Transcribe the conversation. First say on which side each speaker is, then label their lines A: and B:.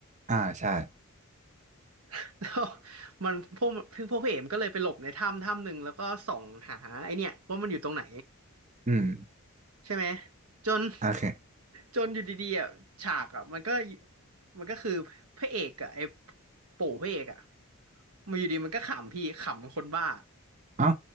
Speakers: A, on the right; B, on the right.
A: อ่าใช่
B: <laughs> แล้วมันพวกพี่พวกพระเอกมันก็เลยไปหลบในถ้ำถ้ำหนึ่งแล้วก็ส่องหาไอเนี่ยว่ามันอยู่ตรงไหน
A: อืม
B: ใช่ไหมจน
A: โอเค
B: จนอยู่ดีๆอ่ะฉากอ่ะมันก็มันก็คือพระเอกอ่ะไอ้ปู่พระเอกอ่ะมาอยู่ดีมันก็ขำพี่ขำคนบ้า
A: เอ้า